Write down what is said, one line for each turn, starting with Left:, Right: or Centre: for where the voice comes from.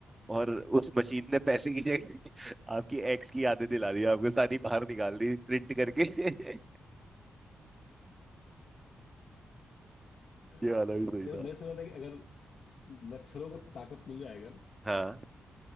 Right: और उस मशीन ने पैसे
Left: हम्म।
Right: की जगह <laughs> आपकी एक्स की यादें दिला दी आपको सारी बाहर निकाल दी प्रिंट करके <laughs>
Left: <laughs> मेरे
Right: ये वाला भी सही था
Left: मैं सोचा था कि अगर मच्छरों को ताकत मिल जाएगा ना
Right: हाँ